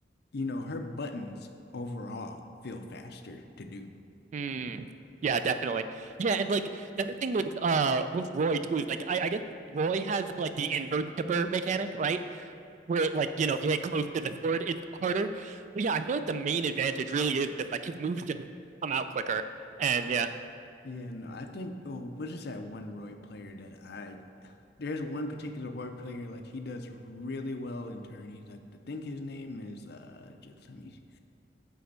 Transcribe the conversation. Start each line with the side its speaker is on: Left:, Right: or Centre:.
Left: you know, her buttons overall feel faster to do.
Right: mm, yeah, definitely, yeah, and like the other thing with uh with Roy too is like I I guess Roy has like the inverse tipper mechanic, right? where like you know if you hit close to the board, it's harder. But yeah, I feel like the main advantage really is that like his moves just come out quicker. And yeah,
Left: Yeah, no, I think, oh, what is that one Roy player that I, there's one particular Roy player, like he does really well in tourneys. I think his name is, uh, just let me,